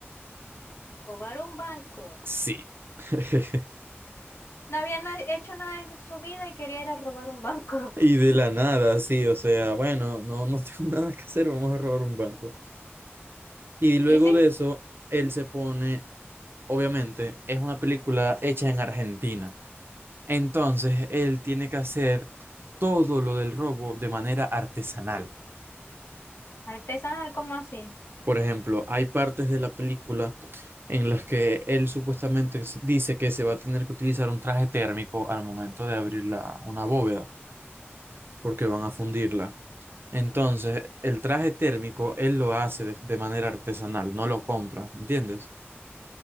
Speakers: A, on the left; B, on the right.
A: Robar un banco.
B: Sí. <laughs>
A: No había na- hecho nada en su vida y quería ir a robar un banco. <laughs>
B: Y de la nada, sí, o sea, bueno, no, no <laughs> tengo nada que hacer, vamos a robar un banco. Y luego
A: Y sí,
B: de eso, él se pone, obviamente, es una película hecha en Argentina. Entonces, él tiene que hacer todo lo del robo de manera artesanal.
A: artesanal como así.
B: Por ejemplo, hay partes de la película en las que él supuestamente se- dice que se va a tener que utilizar un traje térmico al momento de abrir la, una bóveda, porque van a fundirla. Entonces, el traje térmico él lo hace de, de manera artesanal, no lo compra, ¿entiendes?